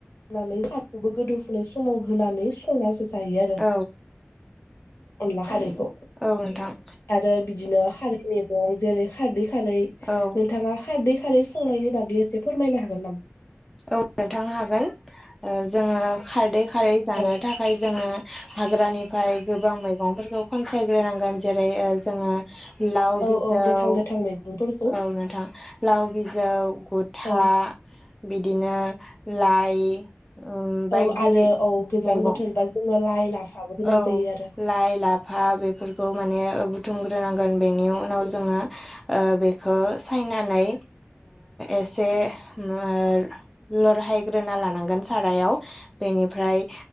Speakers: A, on the left (about 65°); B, in the centre.
A: होनानै साखौबो गोदौफुनाय समाव होनानै संनासो जायो आरो।
B: औ
A: अनला खारिखौ
B: औ नोंथां
A: आरो बिदिनो खारै मैगं जेरै खारदै खारै
B: औ
A: नोंथाङा खारदै खारै संनायनि बागै एसे फोरमायनो हागोन नामा?
B: औ नोंथां हागोन जोङो खारदै खारै जानो
A: औ
B: थाखाय आय जोङो हाग्रानिफ्राय गोबां मैगंफोरखौ खनसायग्रोनांगोन जेरै जोङो लाव
A: औ
B: बिजौ
A: औ गोथां
B: औ
A: गोथां मैगंफोरखौ
B: नोंथां लाव बिजौ गथा
A: औ
B: बिदिनो लाइ ओम बायदि
A: औ आरो औ गोजां
B: मैगं
A: बोथोरबा जोङो लाइ लाफाबो होनाय
B: औ
A: जायो आरो
B: लाय लाभ फा बेफोरखौ माने बुथुमग्रोनांगोन बेनि उनाव जोङो बेखौ सायनानै एसे ओ लरहायग्रोना लानांगोन सारायाव बेनिफ्राय